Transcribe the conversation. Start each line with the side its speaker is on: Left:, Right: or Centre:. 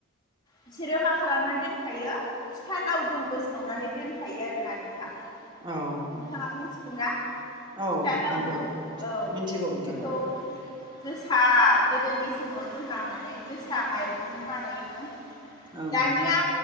Left: बिसोरो मा खालामनानै दोनखायो फिथा लावदुमबो सावनानै दोनखायो आरोना नोंथां।
Right: औ
Left: नोंथाङा मिथिगौ ना फिथा
Right: औ
Left: लावदुम
Right: नंगौ
Left: औ
Right: मिथिगौ नोंथां
Left: बेखौ
Right: औ
Left: जोसा गोदोनि समाव जोंहा माने जोसा माइरंजों बानायोमोन।
Right: औ
Left: दानिया